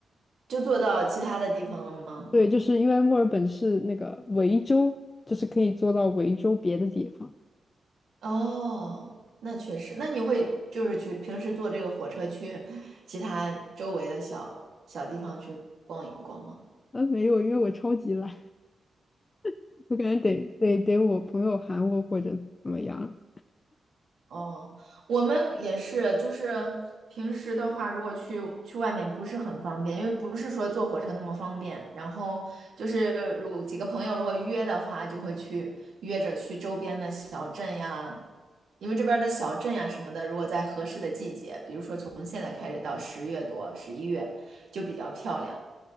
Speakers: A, on the right (about 75°); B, on the left (about 40°).
A: 就坐到其他的地方了吗？
B: 对，就是因为墨尔本是那个维州，就是可以坐到维州别的地方。
A: 哦，那确实，那你会就是去平时坐这个火车去其他周围的小小地方去逛一逛吗？
B: 啊，没有，因为我超级懒，<laughs> 我感觉得得得我朋友喊我或者怎么样。
A: 哦，我们也是，就是平时的话，如果去去外面不是很方便，因为不是说坐火车那么方便。然后就是如果几个朋友如果约的话，就会去约着去周边的小镇呀，因为这边的小镇呀什么的，如果在合适的季节，比如说从现在开始到十月多、十一月，就比较漂亮。